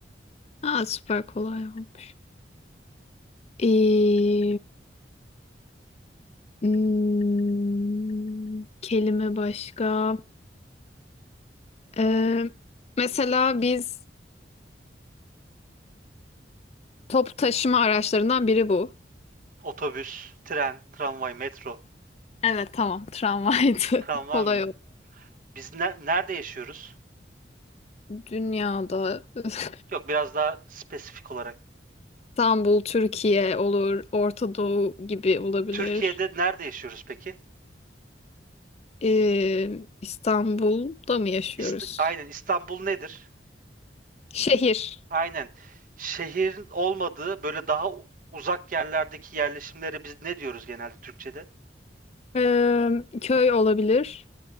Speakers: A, on the left; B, on the right.
A: Ha, süper kolay olmuş. Ee, hmm, kelime başka. Ee, mesela biz toplu taşıma araçlarından biri bu.
B: Otobüs, tren, tramvay, metro.
A: Evet tamam tramvaydı.
B: Tramvay
A: <laughs> Kolay
B: mıydı?
A: o.
B: Biz ne- nerede yaşıyoruz?
A: Dünyada <laughs>
B: Yok biraz daha spesifik olarak.
A: İstanbul, Türkiye olur, Orta Doğu gibi olabilir.
B: Türkiye'de nerede yaşıyoruz peki?
A: Ee, İstanbul'da mı yaşıyoruz?
B: İst- Aynen İstanbul nedir?
A: Şehir.
B: Aynen. Şehrin olmadığı böyle daha u- uzak yerlerdeki yerleşimlere biz ne diyoruz genelde Türkçe'de?
A: Ee, köy olabilir.